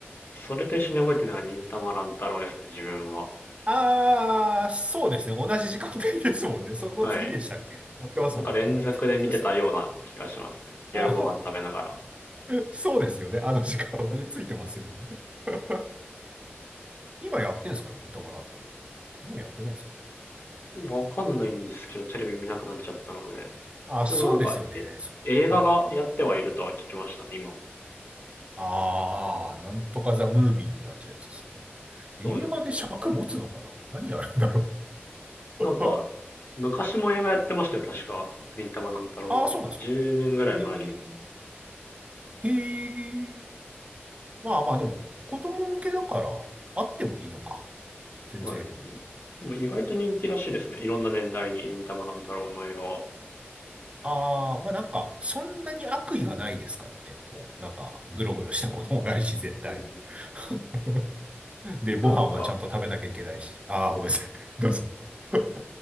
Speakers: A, on the left; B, on the right.
A: それと一緒に覚えてるのが忍たま乱太郎ですね、自分は。
B: ああ、そうですね。同じ時間帯ですもんね。<laughs> その次でしたっけやってますもんね。
A: はい。なんか連続で見てたような気がしますね。
B: そうです。
A: 夜ご飯食べなが
B: あー <laughs> そうですよね。あの時間はね、ついてますよね。<laughs> 今やってんすか忍たま乱太郎って。もうやってないですか
A: ら。わかんないんですけど、テレビ見なくなっちゃったので。
B: あそうですよね。
A: でもなんか、え、
B: そはい。
A: 映画がやってはいるとは聞きましたね、今。
B: ああ、なんとかザ・ムービーになっちゃうやつですね。
A: そうですね。
B: 映画で尺持つのかな何やるんだろ
A: なんか、
B: う <laughs>
A: 昔も映画やってましたよ、確か。忍たま乱太郎は。
B: ああ、そうなんですか。
A: 10年ぐらい前にも。
B: へえ、へえ。まあまあ、でも、子供向けだから、あってもいいのか。全然。
A: はい。でも意外と人気らしいですね。いろんな年代に忍たま乱太郎の映画は。
B: ああ、まあなんか、そんなに悪意がないですからね。こう、なんか、ぐろぐろしたものもないし、絶対。
A: うん。
B: <laughs> で、ご飯はちゃんと食べなきゃいけないし。
A: でもなんか、
B: ああ、ごめんなさい。どうぞ。<laughs>